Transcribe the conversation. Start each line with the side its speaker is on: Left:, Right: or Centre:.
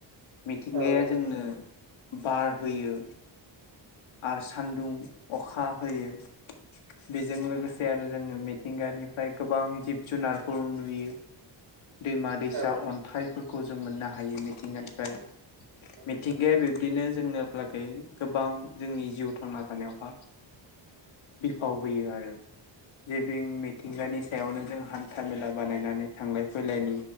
Left: मिथिंगाया
Right: औ
Left: जोंनो बार होयो। आरो सान्दुं अखा होयो। बेजों लोगोसे आरो जोङो मिथिंगानिफ्राय गोबां जिब जुनारफोर नुयो। दैमा
Right: औ
Left: दैसा
Right: औ
Left: अन्थाइफोरखौ जों मोननो हायो मिथिंगानिफ्राय। मिथिं
Right: औ
Left: गाया बिब्दिनो जोंनो
Right: औ
Left: लागै गोबां जोंनि जिउ थांना थानायावहा बिफाव होयो आरो। जे बिं मिथिंगानि सायावनो जों हान हान्थामेला बानायनानै थांलाय फैलायनि